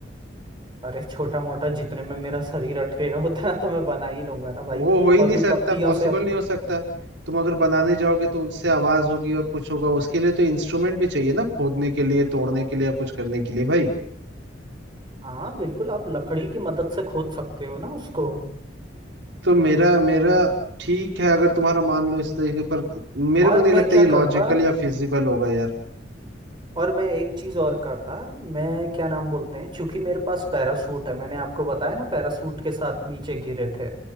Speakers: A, on the right (about 25°); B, on the right (about 85°).
A: अरे छोटा मोटा जितने में मेरा शरीर अटकेगा उतना तो मैं बना ही लूंगा ना भाई
B: वो हो ही
A: और
B: नहीं
A: फिर
B: सकता
A: पत्तियों
B: पॉसिबल
A: से अपने
B: नहीं हो सकता तुम अगर बनाने जाओगे तो उनसे आवाज होगी और कुछ होगा उसके लिए तो इंस्ट्रूमेंट भी चाहिए ना खोदने के लिए तोड़ने के लिए या कुछ करने के लिए भाई
A: हाँ बिल्कुल आप लकड़ी की मदद से खोद सकते हो ना उसको
B: तो मेरा मेरा ठीक है अगर तुम्हारा मान लो इस तरीके पर मेरे
A: और
B: को नहीं लगता
A: मैं क्या
B: ये लॉजिकल
A: करता
B: या फिजिबल होगा यार
A: और मैं एक चीज और करता मैं क्या नाम बोलते हैं क्योंकि मेरे पास पैरासूट है मैंने आपको बताया ना पैरासूट के साथ नीचे गिरे थे